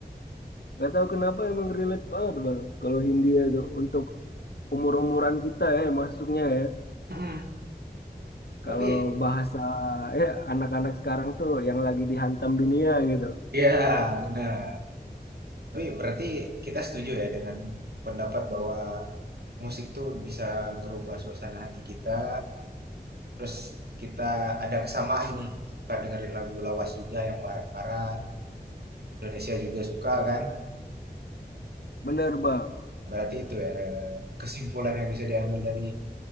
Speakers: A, on the left; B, on the right.
A: Gak tahu kenapa emang relate banget bang. Kalau Hindia itu untuk umur-umuran kita ya masuknya ya.
B: Hmm.
A: Kalau
B: Tapi
A: bahasa ya anak-anak sekarang tuh yang lagi dihantam dunia gitu.
B: Iya, benar. Tapi berarti kita setuju ya dengan pendapat bahwa musik tuh bisa ngerubah suasana hati kita. Terus kita ada kesamaan nih, suka dengerin lagu lawas juga yang barat-barat. Indonesia juga suka kan?
A: Bener bang.
B: Berarti itu ya kesimpulan yang bisa diambil dari